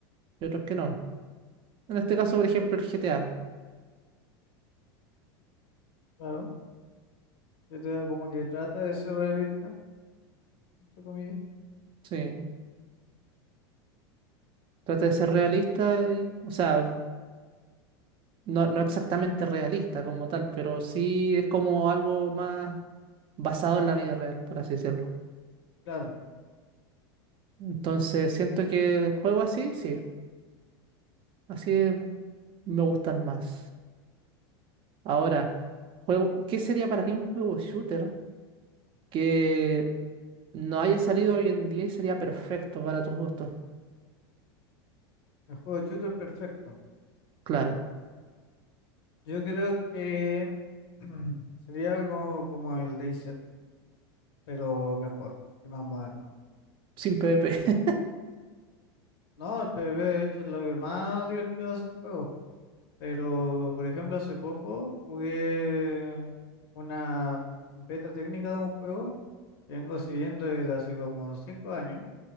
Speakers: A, on the right; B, on the left.
A: y otros que no. En este caso, por ejemplo, el GTA.
B: claro. Yo te como que trata de ser realista, entre comillas.
A: Sí, trata de ser realista, y- o sea, No, no exactamente realista como tal, pero sí es como algo más basado en la vida real, por así decirlo.
B: Claro,
A: Entonces, siento que juego así, sí, así es- me gustan más. Ahora, juego, ¿qué sería para ti un juego shooter que no haya salido hoy en día y sería perfecto para tus gustos?
B: el juego de shooter perfecto.
A: Claro,
B: Yo creo que <clears throat> sería algo como el DayZ, pero mejor y más moderno.
A: sin PvP.
B: No, el PvP de hecho es lo que más divertido hace el juego. Pero, por ejemplo, hace poco jugué una beta técnica de un juego que vengo siguiendo desde hace como 5 años,